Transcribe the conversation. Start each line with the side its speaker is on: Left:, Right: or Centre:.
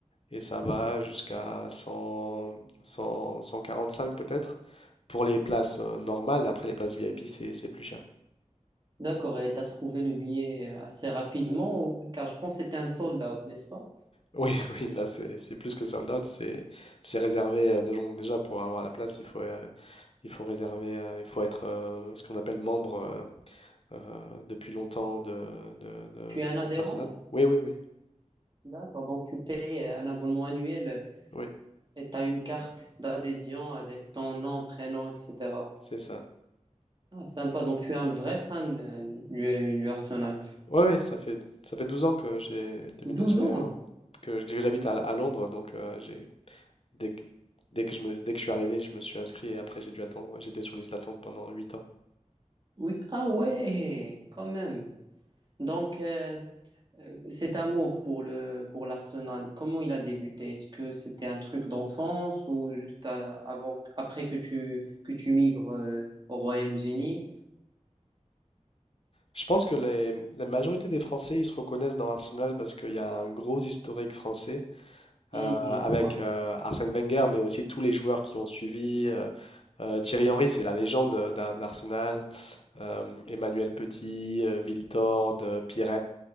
Left: et ça va jusqu'à 100, 100, 145 peut-être pour les places euh, normales. Après les places VIP, c'est c'est plus cher.
Right: D'accord. Et t'as trouvé le billet assez rapidement, ou- car je pense que c'était un sold out, n'est-ce pas?
Left: Oui, <laughs> oui, là c'est c'est plus que sold out, c'est c'est réservé euh, déjà donc déjà, pour avoir la place, il faut euh, il faut réserver, euh, il faut être euh, ce qu'on appelle membre euh, euh, depuis longtemps de de- de-
Right: Tu es un adhérent?
Left: d'Arsenal. Oui, oui, oui,
Right: D'accord, donc tu payes euh, un abonnement annuel
Left: oui,
Right: et tu as une carte d'adhésion avec ton nom, prénom, etc.
Left: c'est ça.
Right: Ah, sympa, donc tu es un vrai fan euh, du, du Arsenal.
Left: Ouais, ouais, ça fait ça fait 12 ans que j'ai déménagé,
Right: Douze ans?
Left: hein, que, que j'habite à, à Londres, donc euh, j'ai dès que, dès que je me dès que je suis arrivé, je me suis inscrit et après j'ai dû attendre. J'étais sur liste d'attente pendant huit ans.
Right: Oui, ah ouais, quand même. Donc euh, euh, cet amour pour le, pour l'Arsenal, comment il a débuté? Est-ce que c'était un truc d'enfance ou juste à- avant, après que tu, que tu migres euh, au Royaume-Uni?
Left: Je pense que les- la majorité des Français, ils se reconnaissent dans Arsenal parce qu'il y a un gros historique français.
Right: Mhm,
Left: euh, avec
Right: ouais.
Left: euh, Arsène Wenger, mais aussi tous les joueurs qui ont suivi. euh, euh, Thierry Henry, c'est la légende d'A- d'Arsenal. Euh, Emmanuel Petit, euh, Wiltord, euh, Pires,